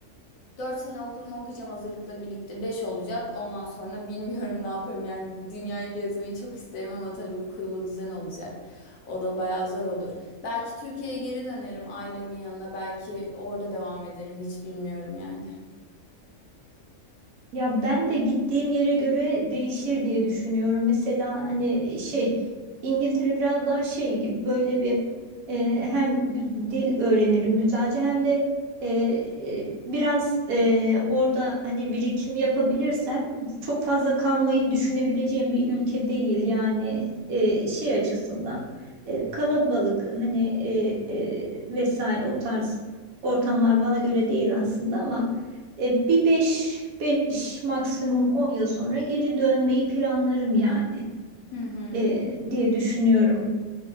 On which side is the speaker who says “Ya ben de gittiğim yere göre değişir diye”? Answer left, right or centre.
Right